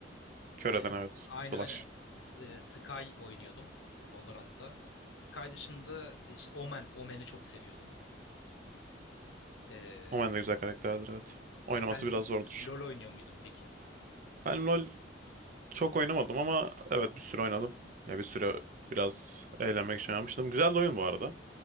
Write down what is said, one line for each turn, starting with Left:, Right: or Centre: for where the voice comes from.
Right: Kör
Left: E,
Right: eden
Left: s-
Right: evet.
Left: aynen
Right: Flash.
Left: aynen. S- e, Sky oynuyordum Valorant'ta. Sky dışında işte Omen, Omen'i çok seviyordum. E,
Right: O de güzel karakterdir evet.
Left: ay-
Right: Oynaması
Left: sen
Right: biraz zordur.
Left: LoL oynuyor muydun peki?
Right: Ben LoL Çok oynamadım ama evet bir süre oynadım. Ya bir süre biraz eğlenmek için yapmıştım. Güzel de oyun bu arada.